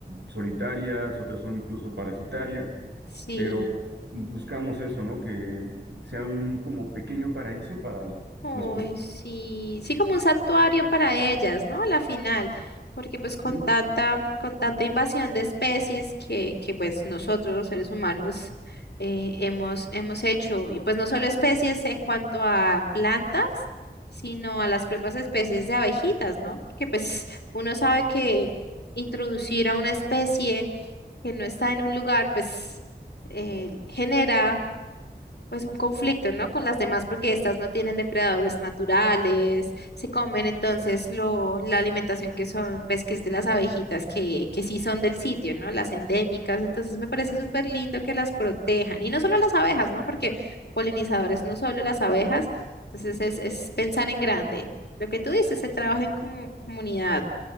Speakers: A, on the right; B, on the left.
A: solitarias, otras son incluso parasitarias,
B: Sí.
A: pero buscamos eso, ¿no? Que sea un como pequeño paraíso para
B: Uy,
A: los... por-
B: sí, sí, como un santuario para ellas, ¿no? La final, porque pues con
A: Sí,
B: tanta, con tanta invasión de especies que, que pues nosotros los seres humanos eh, hemos, hemos hecho, y pues no solo especies en cuanto a plantas, sino a las propias especies de abejitas, ¿no? Porque pues uno sabe que introducir a una especie que no está en un lugar, pues eh, genera pues un conflicto, ¿no? Con las demás porque estas no tienen depredadores naturales, se comen entonces lo, la alimentación que son, pues que es de las abejitas que, que sí son del sitio, ¿no? Las endémicas, entonces me parece súper lindo que las protejan y no solo las abejas, ¿no? Porque polinizadores no solo las abejas, entonces es, es pensar en grande. Lo que tú dices, se trabaja en comu- comunidad